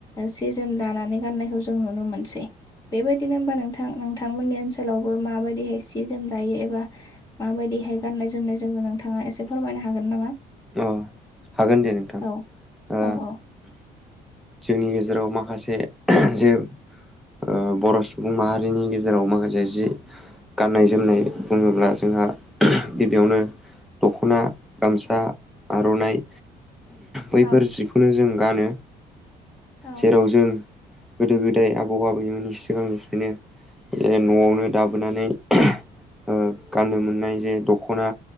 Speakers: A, on the left (about 20°); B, in the centre.
A: सि जोम दानानै गाननायखौ जों नुनो मोनसै। बेबायदिनो होमबा नोंथां नोंथांमोननि ओनसोलावबो माबायदिहाय सि जोम लायो एबा माबायदिहाय गाननाय जोमनाय जेबो नोंथाङा एसे फोरमायनो हागोन नामा?
B: अ हागोन दे नोंथां।
A: औ
B: ओ
A: औ औ।
B: जोंनि गेजेराव माखासे जे। ओ बर' सुबुं माहारिनि गेजेराव माखासे जि। गाननाय जोमनाय बुङोब्ला जोंहा गिबियावनो। दख'ना गामसा आर'नाइ बैफोर
A: औ
B: जिखौनो जों गानो।
A: औ
B: जेराव जों गोदो गोदाय आबौ आबैमोननि सिगांनिफ्रायनो। जे न'आवनो दाबोनानै ओ गाननो मोननाय जे दख'ना।